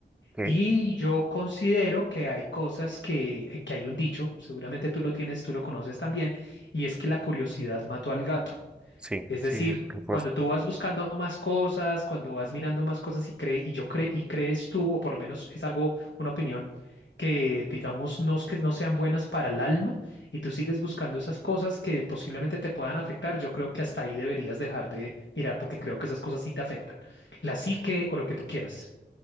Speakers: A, in the centre; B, on the left.
A: ¿Ok?
B: Y yo considero que hay cosas que, eh, que hay un dicho, seguramente tú lo tienes, tú lo conoces también, y es que la curiosidad mató al gato.
A: Sí,
B: Es
A: sí,
B: decir,
A: sí, por supuesto.
B: cuando tú vas buscando más cosas, cuando vas mirando más cosas y cree, y yo cre- y crees tú, o por lo menos es algo, una opinión, que digamos no, es que no sean buenas para el alma, y tú sigues buscando esas cosas que posiblemente te puedan afectar, yo creo que hasta ahí deberías dejar de mirar, porque creo que esas cosas sí te afectan. La psique o lo que tú quieras.